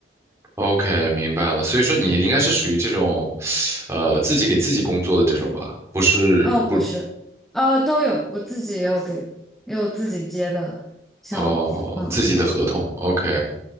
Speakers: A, on the right (about 15°); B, in the centre.
A: ，OK，明白了。所以说你应该是属于这种，呃，自己给自己工作的这种吧？不是不
B: 哦，不是，呃，都有，我自己也有给，也有自己接的项目。
A: 哦，
B: 嗯。
A: 自己的合同。OK，